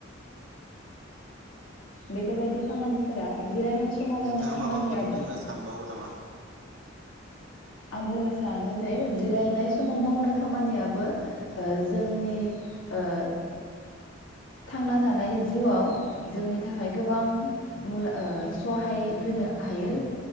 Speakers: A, on the left; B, on the right.
A: बेफोरबायदि खामानिफोरा जिरायनाय समाव
B: नोंथाङा
A: मावनाय खामानियाबो
B: माबाफोर बुंनो सानबावो नामा
A: आं बुंनो सानो जे जिरायनाय समाव मावनाय खामानियाबो ओ जोंनि ओ थांना थानाय जिउआव जोंनि थाखाय गोबां मुल ओ सहाय होनो हायो